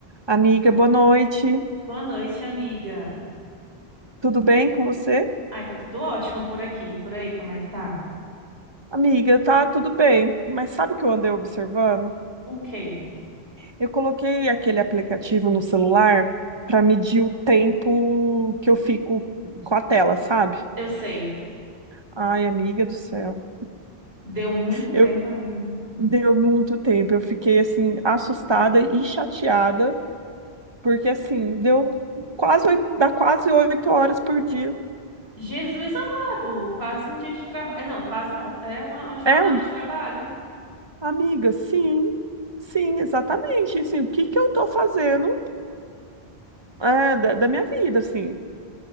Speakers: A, on the right; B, on the right.
A: Amiga, boa noite.
B: Boa noite, amiga.
A: Tudo bem com você?
B: Ai, tá tudo ótimo por aqui. Por aí, como é que tá?
A: Amiga, tá tudo bem, mas sabe o que eu andei observando?
B: O quê?
A: Eu coloquei aquele aplicativo no celular para medir o tempo que eu fico com a tela, sabe?
B: Eu sei.
A: Ai, amiga do céu.
B: Deu muito tempo,
A: Eu
B: amiga.
A: deu muito tempo, eu fiquei assim assustada e chateada, porque assim, deu quase oito, dá quase oito horas por dia.
B: Jesus amado, quase um dia de trabalho. Não, quase não. É uma, uma jornada
A: É,
B: de trabalho.
A: amiga, sim. Sim, exatamente. Assim, o que que eu tô fazendo? É, da, da minha vida, assim.